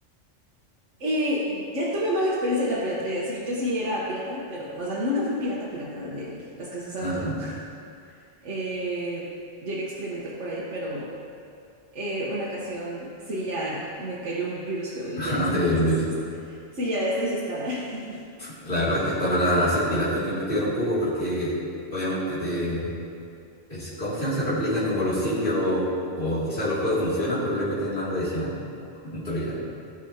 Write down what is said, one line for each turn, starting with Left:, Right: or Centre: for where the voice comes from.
Right: Y ya tuve mala experiencia en la piratería, sí, yo sí era pirata, pero, o sea, nunca fui pirata, pirata de las que se sabe
Left: Ajá,
Right: todo. <laughs> Eh, llegué a experimentar por ahí, pero eh, una ocasión sí ya me cayó un virus feo y
Left: <laughs>
Right: ya
Left: no
Right: desde
Left: te cayó
Right: entonces,
Left: un virus.
Right: este, sí, ya estoy ciscada. <laughs>
Left: La verdad
Right: Entonces,
Left: es que hasta para ser pirata hay que investigar un poco porque obviamente te, es, ¿cómo se llama? Se replican como los sitios, o quizás los juegos funcionan, pero le meten algo adicional, un troyano.